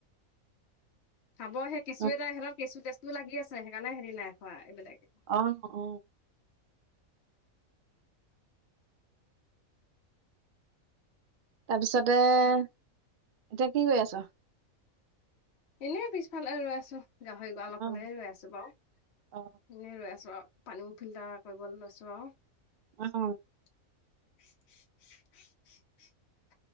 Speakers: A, on the left (about 55°); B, on the right (about 60°).
A: খাবহে কেঁচু
B: উ
A: এটা হেত কেচু টেচু লাগি আছে। সেইকাৰণে সেহতি নাই খোৱা এইবিলাক ।
B: অম অ তাৰপিছতে এতিয়া কি কৰি আছ ।
A: এনেই পিছফালে ৰৈ আছো । গাহৰি গৰাল
B: অ
A: ফালে ৰৈ আছোঁ বাৰু
B: অ
A: এনেই ৰৈ আছোঁ আৰু পানী ফিল্টাৰ কৰিবলৈ লৈছো আৰু
B: অহ
A: <unintelligible>